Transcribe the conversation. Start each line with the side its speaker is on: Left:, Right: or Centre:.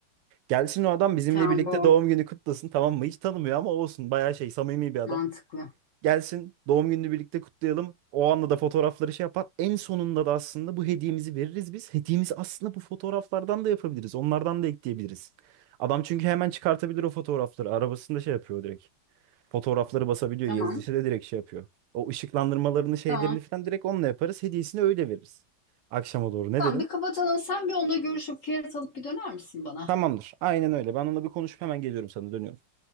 Right: Gelsin o adam bizimle
Left: Tamam
Right: birlikte
Left: bu
Right: doğum günü kutlasın tamam mı? Hiç tanımıyor ama olsun bayağı şey samimi bir adam.
Left: mantıklı.
Right: Gelsin doğum gününü birlikte kutlayalım. O anda da fotoğrafları şey yapar. En sonunda da aslında bu hediyemizi veririz biz. Hediyemizi aslında bu fotoğraflardan da yapabiliriz. Onlardan da ekleyebiliriz. Adam çünkü hemen çıkartabilir o fotoğrafları. Arabasında şey yapıyor direkt. Fotoğrafları basabiliyor.
Left: Tamam.
Right: Yazıcısı da direkt şey yapıyor. O ışıklandırmalarını şeylerini
Left: Tamam.
Right: falan direkt onunla yaparız. Hediyesini öyle veririz. Akşama doğru ne
Left: Tamam
Right: dedin?
Left: bir kapatalım. Sen bir onunla görüşüp fiyat alıp bir döner misin bana?
Right: Tamamdır. Aynen öyle. Ben onunla bir konuşup hemen geliyorum sana dönüyorum.